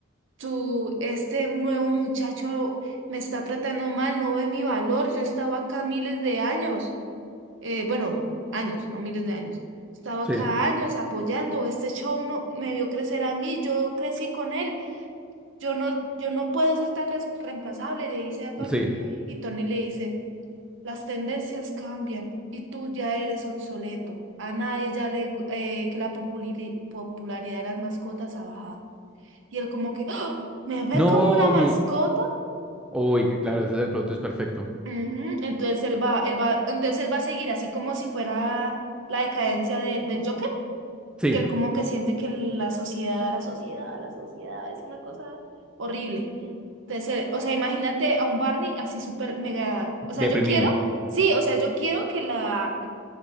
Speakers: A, on the right; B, in the centre.
A: tú, este nuevo muchacho me está tratando mal, no ve mi valor, yo estaba acá miles de años. eh, bueno, años, no miles de años. Estaba
B: Sí,
A: cada años apoyando, este show no, me vio crecer a mí, yo crecí con él, yo no, yo no puedo ser tan res- reemplazable, le dice a Tony.
B: sí.
A: Y Tony le dice, las tendencias cambian y tú ya eres obsoleto. A nadie ya le gu- eh, que la populari- popularidad de las mascotas ha bajado. Y él como que, "¡Ah! ¿me ve
B: No,
A: como una mascota?
B: mi. Uy, que claro, ese es el plot twist perfecto.
A: Ujú, Entonces él va, él va, entonces él va a seguir así como si fuera la decadencia del, del Joker.
B: Sí,
A: que él como que siente que la sociedad, la sociedad, la sociedad es una cosa horrible. Entonces, eh, o sea, imagínate a un Barney así súper mega, o
B: deprimido.
A: sea, yo quiero, sí, o sea, yo quiero que la,